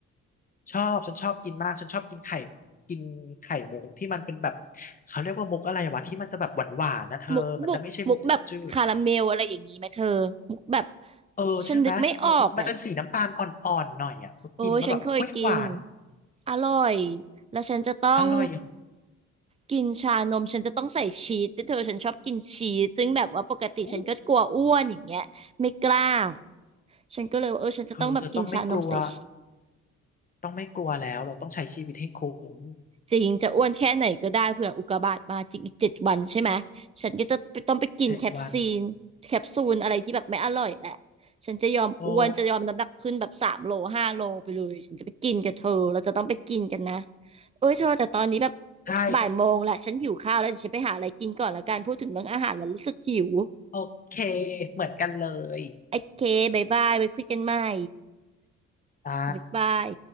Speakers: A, on the left (about 30°); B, on the right (about 20°).
A: ชอบ ฉันชอบกินมาก ฉันชอบกินไข่กินไข่มุกที่มันเป็นแบบ เขาเรียกว่ามุกอะไรวะที่มันจะแบบหวานๆนะเธอมันจะไม่ใช่มุกจืด
B: มุกบุกมุกแบบคาราเมลอะไรอย่างนี้ไหมเธอมุกแบบ
A: เออใช่ไหมมันมันจะสีน้ำตาลอ่อนๆหน่อยอ่ะพอกินแล้วแบบอุ้ยหวาน
B: ฉันนึกไม่ออกอ่ะโอ้ยฉันเคยกินอร่อยแล้วฉันจะต้อง
A: อร่อยอ่ะ
B: กินชานมฉันจะต้องใส่ชีสแต่เธอฉันชอบกินชีสซึ่งแบบว่าปกติฉันก็กลัวอ้วนอย่างเงี้ยไม่กล้า
A: อุ๊ย
B: ฉันก็เลยว่าเออฉันจะต้องแบบกินชานมใส่ชีส
A: เธอเธอต้องไม่กลัวต้องไม่กลัวแล้วเราต้องใช้ชีวิตให้คุ้ม
B: จริงจะอ้วนแค่ไหนก็ได้เผื่ออุกกาบาตมาจริงอีกเจ็ดวันใช่ไหมฉันก็จะต้องไปกินแคปซีนแคปซูลอะไรที่แบบไม่อร่อยแหละฉันจะยอมอ้วนจะยอมน้ำหนักขึ้นแบบสามโลห้าโลไปเลยฉันจะไปกินกับเธอเราจะต้องไปกินกันนะ
A: เจ็ดวันโอ้
B: เอ้ยเธอแต่ตอนนี้แบบ
A: ใช่
B: บ่ายโมงละฉันหิวข้าวแล้วเดี๋ยวฉันไปหาอะไรกินก่อนละกันพูดถึงเรื่องอาหารแล้วรู้สึกหิว
A: โอเคเหมือนกันเลย
B: โอเคบายบายไว้คุยกันใหม่
A: จ้า
B: บายบาย